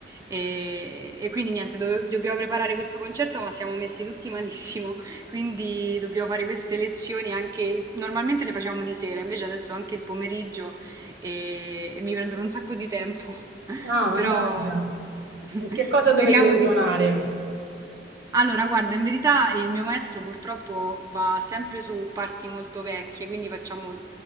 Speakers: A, on the right (about 20°); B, on the right (about 80°).
A: e, e quindi niente, dove- dobbiamo preparare questo concerto ma siamo messi tutti malissimo, <laughs> quindi dobbiamo fare queste lezioni anche, normalmente le facciamo di sera, invece adesso anche il pomeriggio e, e mi prendono un sacco di tempo, <laughs>
B: ah, mannaggia.
A: però <laughs>
B: E che cosa
A: speriamo
B: dovevi
A: di
B: suonare?
A: allora, guarda, in verità il mio maestro purtroppo va sempre su parti molto vecchie, quindi facciamo